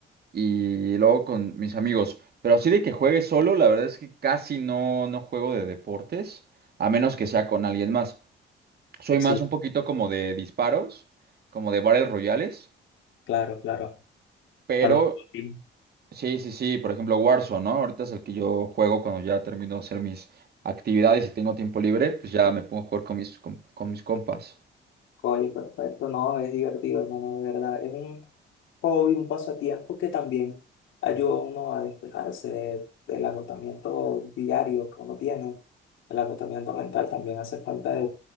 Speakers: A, on the right (about 50°); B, on the left (about 85°).
A: Y luego con mis amigos. Pero así de que juegue solo, la verdad es que casi no, no juego de deportes, a menos que sea con alguien más. Soy
B: Sí,
A: más un poquito como de disparos, como de Battle Royales.
B: claro, claro.
A: Pero
B: Para los papi.
A: sí, sí, sí, por ejemplo Warzone, ¿no? Ahorita es el que yo juego cuando ya termino de hacer mis actividades y tengo tiempo libre, pues ya me pongo a jugar con mis, con con mis compas.
B: Oye, perfecto, no, es divertido, hermano, de verdad. Es un hobby, un pasatiempo que también ayuda a uno a despejarse de- del agotamiento diario que uno tiene. El agotamiento mental también hace falta de,